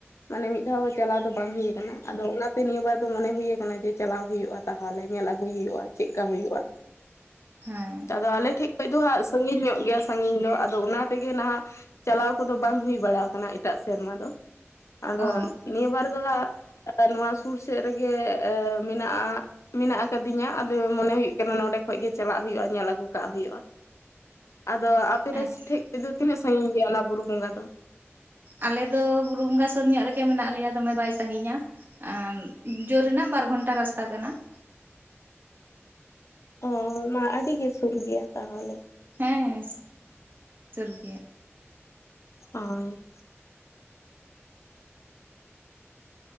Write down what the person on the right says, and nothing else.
ᱦᱮᱸ ᱻ᱾
ᱚ
ᱟᱪᱪᱷᱟ
ᱟᱞᱮ ᱫᱚ ᱵᱩᱨᱩ ᱵᱚᱸᱜᱟ ᱥᱩᱨ ᱧᱚᱜ ᱨᱮᱜᱮ ᱢᱮᱱᱟᱜ ᱞᱮᱭᱟ ᱫᱚᱢᱮ ᱵᱟᱭ ᱥᱟᱺᱜᱤᱧᱟ ᱾ ᱮᱻᱢ ᱡᱳᱨ ᱨᱮᱱᱟᱜ ᱵᱟᱨ ᱜᱷᱚᱱᱴᱟ ᱨᱟᱥᱛᱟ ᱠᱟᱱᱟ ᱾
ᱦᱮᱸ ᱦᱮᱸ <unintelligible> ᱳᱨ ᱜᱮᱭᱟ᱾